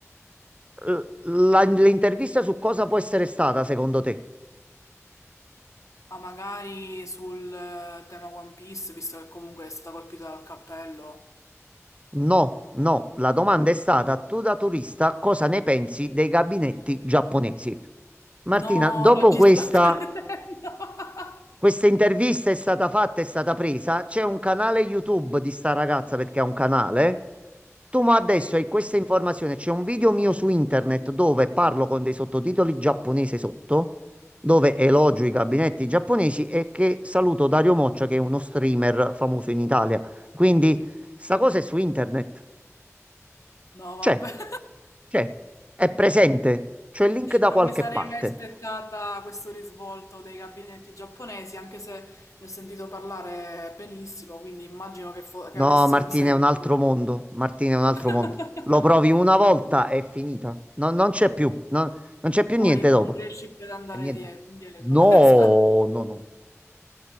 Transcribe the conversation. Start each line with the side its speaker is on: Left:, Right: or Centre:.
Right: L- la- l'intervista su cosa può essere stata, secondo te?
Left: Ma magari sul eh, tema One Piece, visto che comunque è stata colpita dal cappello.
Right: No, no, la domanda è stata, tu da turista cosa ne pensi dei gabinetti giapponesi? Martina,
Left: No,
Right: dopo
Left: non ci
Right: questa,
Left: sto <laughs> credendo.
Right: questa intervista è stata fatta, è stata presa, c'è un canale YouTube di sta ragazza perché ha un canale. Tu ma adesso
Left: Sì,
Right: hai questa informazione, c'è un video mio su internet dove parlo con dei sottotitoli giapponese sotto, dove elogio
Left: sì.
Right: i gabinetti giapponesi e che saluto Dario Moccia che è uno streamer famoso in Italia. Quindi sta cosa è su internet.
Left: No, vabbè.
Right: C'è.
Left: <laughs>
Right: C'è, è presente, c'è il link da
Left: Non
Right: qualche
Left: mi sarei
Right: parte.
Left: mai aspettata questo risvolto dei gabinetti giapponesi, anche se ne ho sentito parlare benissimo, quindi immagino che, fo- che
Right: No,
Left: avesse
Right: Martina,
Left: un senso.
Right: è un altro mondo. Martina, è un altro mondo.
Left: <laughs>
Right: Lo provi una volta, è finita. No, non c'è più, no- non c'è più
Left: E poi
Right: niente dopo.
Left: non riesci più ad andare
Right: E Niente.
Left: die- indietro.
Right: No,
Left: <laughs> Esatto.
Right: no, no.